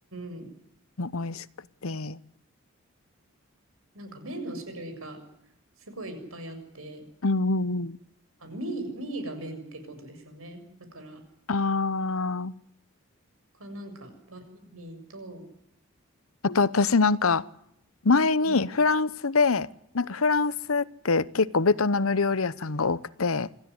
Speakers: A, on the right (about 80°); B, on the left (about 75°).
A: うんうん、
B: も美味しくて。
A: なんか麺の種類がすごいいっぱいあって、
B: うんうんうん。
A: あ、ミー、ミーが麺ってことですよね。だから、
B: ああ、
A: 他なんか、バインミーと、
B: あと、私なんか、前にフランスで、
A: うん、
B: なんかフランスって結構ベトナム料理屋さんが多くて、